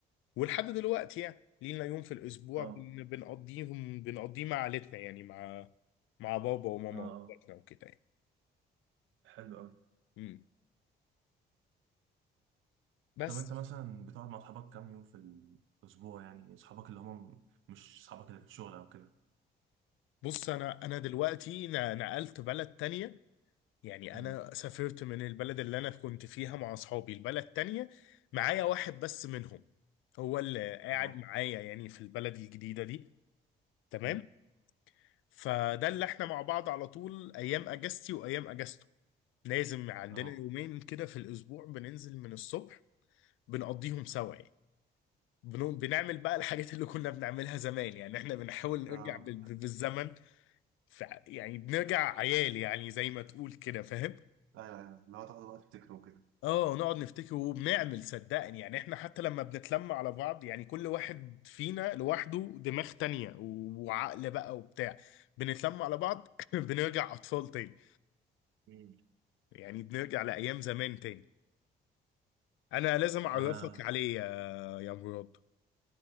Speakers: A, on the left; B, on the right.
A: ولحد دلوقتي يعني لينا يوم في الاسبوع
B: اه
A: بن- بنقضيهم بنقضيه مع عيلتنا يعني مع مع بابا وماما
B: اه اه
A: واخواتنا وكده يعني
B: حلو قوي
A: امم بس
B: طب انت مثلا بتقعد مع اصحابك كام يوم في الاسبوع يعني اصحابك اللي هم مش اصحابك اللي في الشغل او كده
A: بص انا انا دلوقتي ن- نقلت بلد تانية يعني
B: مم.
A: انا سافرت من البلد اللي انا كنت فيها مع اصحابي البلد تانية معايا واحد بس منهم هو اللي قاعد
B: اه
A: معايا يعني في البلد الجديدة دي تمام
B: مم.
A: فده اللي احنا مع بعض على طول ايام اجازتي وايام اجازته لازم عندنا
B: اه
A: يومين كده في الأسبوع بننزل من الصبح بنقضيهم سوا يعني بنو- بنعمل بقى الحاجات اللي كنا بنعملها زمان يعني احنا بنحاول نرجع
B: اه
A: بال- بال- بالزمن ف يعني بنرجع عيال يعني زي ما تقول كده فاهم
B: ايوه ايوه لو تاخدوا وقت تفتكروا كده
A: اه نقعد نفتكر وبنعمل صدقني يعني احنا حتى لما بنتلم على بعض يعني كل واحد فينا لوحده دماغ تانية و- وعقل بقى وبتاع بنتلم على بعض <laughs> <clears throat> بنرجع اطفال تاني
B: مم.
A: يعني بنرجع لايام زمان تاني انا لازم اعرفك
B: انا
A: عليه يا يا مراد